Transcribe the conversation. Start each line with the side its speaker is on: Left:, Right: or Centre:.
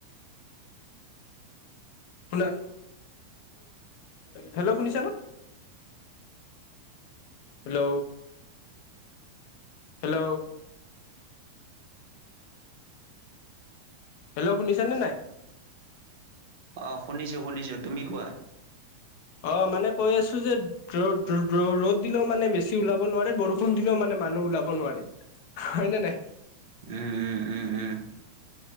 Left: শুনা হেল্ল' শুনিছা ন হেল্ল। হেল্ল। হেল্ল, শুনিছা নে নাই?
Right: অ', শুনিছো-শুনিছো তুমি কোৱা?
Left: অ', মানে, কৈ আছো যে ৰ'দ-ৰ ৰ'দ দিলেও মানে, বেছি ওলাব নোৱাৰে বৰষুণ দিলেও মানে মানুহ ওলাব নোৱাৰে। হয় নে নাই?
Right: উম। উম উম উম